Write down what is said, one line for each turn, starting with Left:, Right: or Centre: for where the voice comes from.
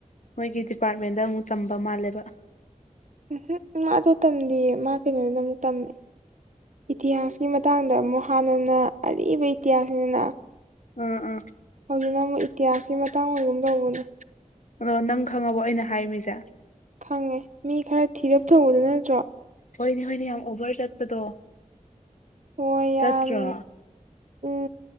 Left: ꯃꯣꯏꯒꯤ ꯗꯤꯄꯥꯔꯠꯃꯦꯟꯗ ꯑꯃꯨꯛ ꯇꯝꯕ ꯃꯥꯜꯂꯦꯕ
Right: ꯎꯝ ꯎꯝ ꯑꯗꯨ ꯇꯝꯗꯤꯌꯦ ꯃꯥ ꯀꯩꯅꯣꯗꯨꯅ ꯑꯃꯨꯛ ꯇꯝꯃꯦ ꯏꯇꯤꯍꯥꯁꯀꯤ ꯃꯇꯥꯡꯗ ꯑꯃꯨꯛ ꯍꯥꯟꯅꯅ ꯑꯔꯤꯕ ꯏꯇꯤꯍꯥꯁꯅꯤꯅ
Left: ꯎꯝ ꯎꯝ
Right: ꯍꯧꯖꯤꯡꯅ ꯑꯃꯨꯛ ꯏꯇꯤꯍꯥꯁꯀꯤ ꯃꯇꯥꯡ ꯑꯣꯏꯒꯨꯝ ꯇꯧꯕꯅꯦ
Left: ꯑꯗꯣ ꯅꯪ ꯈꯪꯉꯕꯣ ꯑꯩꯅ ꯍꯥꯏꯃꯤꯁꯦ
Right: ꯈꯪꯉꯦ ꯃꯤ ꯈꯔ ꯊꯤꯔꯞ ꯊꯧꯕꯗ ꯅꯠꯇ꯭ꯔꯣ
Left: ꯍꯣꯏꯅꯦ ꯍꯣꯏꯅꯦ ꯌꯥꯝ ꯑꯣꯕꯔ ꯆꯠꯄꯗꯣ
Right: ꯍꯣꯏ
Left: ꯆꯠꯇ꯭ꯔꯣ
Right: ꯌꯥꯝ ꯎꯝ